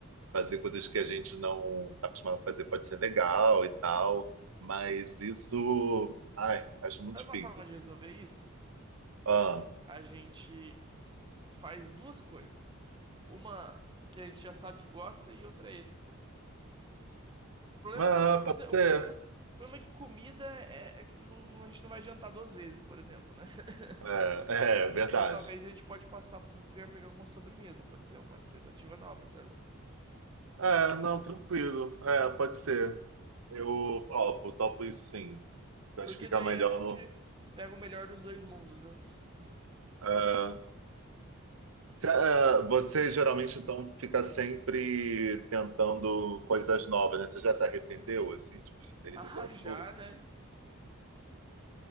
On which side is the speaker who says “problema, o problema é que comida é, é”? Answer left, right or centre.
Right